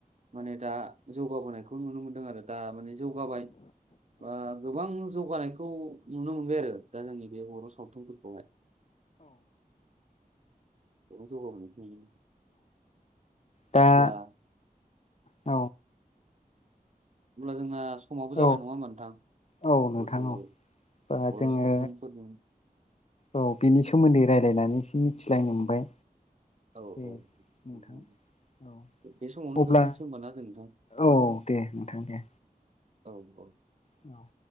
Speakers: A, on the right; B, on the left.
A: माने दा जौगाबोनायखौ नुनो मोनदों आरो दा माने जौगाबाय बा गोबां जौगानायखौ नुनो मोनबाय आरो दा जोंनि बे बर' सावथुनफोरखौहाय <unintelligible>
B: दा औ
A: अब्ला जोंना समावबो
B: औ
A: जाबाय नङा होमबा नोंथां <unintelligible>
B: औ नोंथां औ बा जोङो औ बिनि सोमोन्दै रायलायनानै एसे मिथिलायनो मोनबाय
A: औ
B: दे
A: औ
B: नोंथां
A: <unintelligible>
B: औ
A: बे समावनो
B: अब्ला
A: दोनथनसै होमबा नाजों नोंथां
B: औ दे नोंथां दे
A: औ औ
B: औ